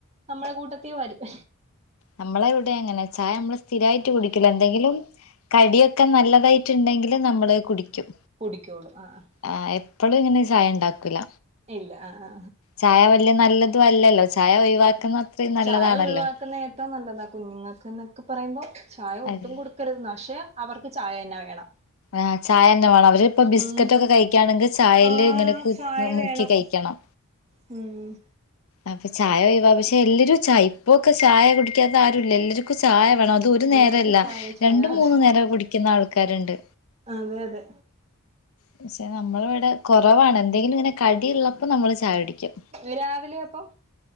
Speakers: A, on the right (about 30°); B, on the left (about 70°).
A: നമ്മളെ കൂട്ടത്തി വരും.
B: നമ്മളെ ഇവിടെ അങ്ങനെ ചായ നമ്മള് സ്ഥിരായിട്ട് കുടിക്കില്ല. എന്തെങ്കിലും കടിയൊക്കെ നല്ലതായിട്ടുണ്ടെങ്കില് നമ്മള് കുടിക്കും.
A: കുടിക്കോള്ളൂ ആഹ ആഹ
B: ആ എപ്പോളും ഇങ്ങനെ ചായ ഉണ്ടാക്കൂല
A: ഇല്ല ആ ആ
B: ചായ വല്യ നല്ലത് നല്ല അല്ലല്ലോ ചായ ഒഴിവാക്കുന്ന അത്രയും നല്ലതാണല്ലോ
A: ചായ ഒഴിവാക്കുന്ന ഏറ്റവും നല്ലതാ കുഞ്ഞുങ്ങൾക്ക് എന്നൊക്കെ പറയുമ്പോ ചായ ഒട്ടും
B: അതെ
A: കൊടു ക്കരുത് പക്ഷെ അവർക്ക് ചായ തന്നെ വേണം
B: ആഹ് ചായ തന്നെ വേണം അവരിപ്പൊ ബിസ്ക്കറ്റ്
A: ഉം
B: ഒക്കെ കഴിക്കാണെങ്കില് ചായില്
A: ആ
B: ഇങ്ങനെ
A: ചായ
B: മുക്കി
A: വേണം
B: കഴിക്കണം.
A: ഉം
B: അപ്പൊ ചായ ഒയിവാ പക്ഷെ എല്ലരും ചായ ഇപ്പൊക്കെ ചായ കുടിക്കാത്ത ആരുല്ലല്ലോ ല്ലര്ക്കും ചായ വേണം അ ഇതൊ ഒരു
A: എല്ലാർക്കും
B: നേരല്ല.
A: ചായ ചായ
B: രണ്ട്
A: അതെ
B: മൂന്നു നേരം കുടിക്കുന്ന ആൾക്കാരുണ്ട്.
A: അതെ അതെ
B: പക്ഷെ നമ്മള ഇവിടെ കുറവാണ്. എന്തെങ്കിലും ഇങ്ങനെ കടിയ ഉള്ളപ്പോ നമ്മള് ചായ കുടിക്കും.
A: ന്ന് രാവിലെ അപ്പം